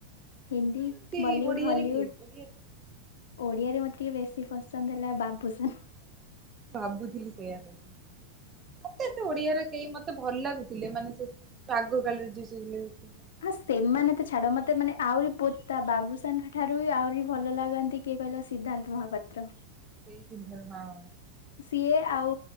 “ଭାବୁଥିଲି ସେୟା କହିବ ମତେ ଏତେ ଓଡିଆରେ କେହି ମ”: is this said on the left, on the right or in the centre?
Right